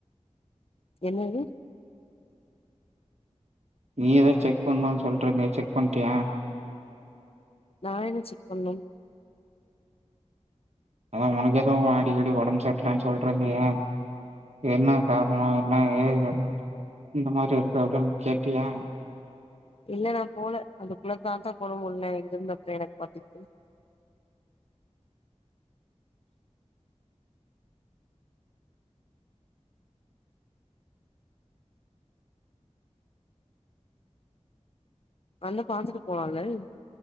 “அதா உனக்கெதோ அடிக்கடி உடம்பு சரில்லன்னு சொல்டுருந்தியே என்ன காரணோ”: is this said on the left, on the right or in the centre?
Right